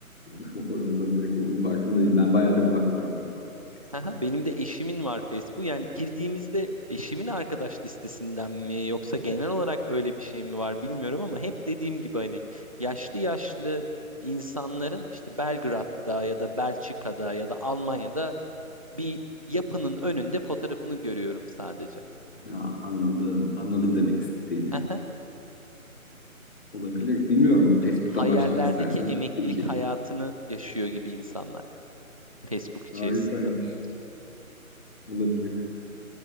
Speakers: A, on the left; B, on the right.
A: hı <laughs> olabilir. Onun farkında değil. Ben bayağıdır bakmıyorum bu arada Facebook'a.
B: Haha, Benim de eşimin var Facebook. Yani girdiğimizde eşimin arkadaş listesinden mi yoksa genel olarak öyle bir şey mi var bilmiyorum ama hep dediğim gibi hani yaşlı yaşlı insanların işte Belgrad'da ya da Belçika'da ya da Almanya'da bir yapının önünde fotoğrafını görüyorum sadece.
A: Ya, anladım. Anladım demek istediğini.
B: Aha,
A: Olabilir. Bilmiyorum. Facebook'tan
B: hayallerdeki
A: başlamak istersen
B: emeklilik
A: tabii ki.
B: hayatını yaşıyor gibi insanlar. Facebook içerisinde.
A: Harikaymış. Olabilir.